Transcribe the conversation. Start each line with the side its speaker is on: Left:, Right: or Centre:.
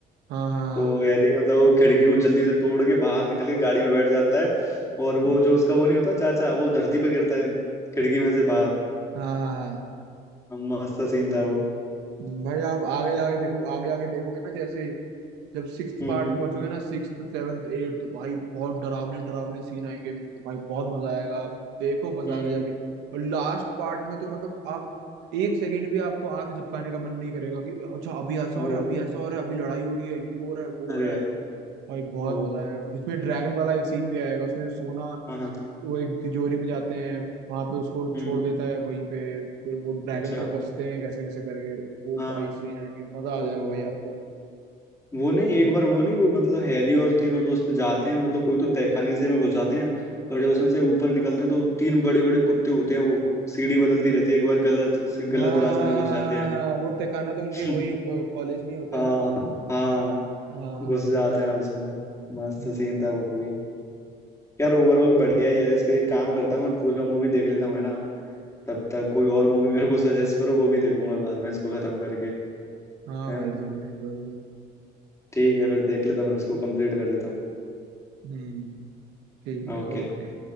Right: हाँ हाँ हाँ
Left: तो हैरी मतलब वो खिड़की को जल्दी से तोड़ के बाहर निकल के गाड़ी में बैठ जाता है और वो
Right: हम्म,
Left: जो उसका वो नहीं होता चाचा वो धरती पे गिरता है खिड़की में से बाहर
Right: हाँ हाँ हाँ,
Left: मस्त सीन था वो
Right: हम्म, भाई आप आगे आगे देखो आगे आगे देखोगे ना जैसे जब सिक्स्थ
Left: हम्म
Right: पार्ट में पहुंचोगे ना सिक्स्थ सेवन्थ एट तो भाई बहुत डरावने डरावने सीन आएंगे बीच में भाई बहुत मजा आएगा आप देखो बस
Left: हम्म
Right: आगे जाके और लास्ट पार्ट में तो मतलब आप एक सेकंड भी आपको आंख झपकाने का मन नहीं करेगा कि अच्छा अभी ऐसा
Left: ओ
Right: हो रहा है अभी ऐसा हो रहा है अभी लड़ाई हो रही है ये हो रहा है वो
Left: अरे
Right: हो रहा
Left: यार
Right: है भाई बहुत
Left: ओ
Right: मजा आएगा बीच में ड्रैगन वाला एक सीन भी आएगा उसमें सोना
Left: हाँ हाँ
Right: वो एक तिजोरी में जाते हैं वहां पे उसको
Left: हम्म।
Right: छोड़ देता है वहीं पे फिर वो ड्रैगन
Left: अच्छा
Right: से बचते हैं कैसे कैसे करके वो
Left: हाँ
Right: भाई सीन आएंगे मजा
Left: तो
Right: आ जाएगा भाई आपको
Left: वो नहीं एक बार वो नहीं वो मतलब हैरी और तीनों दोस्त जाते हैं मतलब कोई तो तहखाने से में घुस जाते हैं और जब उसमें से ऊपर निकलते हैं तो तीन बड़े बड़े कुत्ते होते हैं वो सीढ़ी बदलती रहती है एक बार गलत से
Right: हाँ
Left: गलत रास्ते
Right: हाँ
Left: में
Right: हाँ
Left: घुस जाते
Right: हाँ हाँ वो तहखाना तो उनके
Left: हैं
Right: वही कॉलेज में
Left: <laughs>
Right: ही होता
Left: हाँ
Right: है ना
Left: हाँ
Right: हाँ
Left: घुस जाते
Right: देखा
Left: हैं
Right: है
Left: उसमें मस्त
Right: हम्म
Left: सीन था वो भी यार ओवरऑल बढ़िया ही है इसका एक काम करता हूँ मैं पूरा मूवी देख लेता हूँ है ना तब तक कोई और मूवी मेरे को सजेस्ट करो वो भी देखूंगा बाद में इसको खत्म करके
Right: हाँ
Left: है
Right: भाई
Left: ना
Right: जरूर जरूर
Left: ठीक है फिर देख लेता हूँ इसको कंप्लीट कर लेता हूँ
Right: हम्म ठीक है
Left: ओके
Right: ओके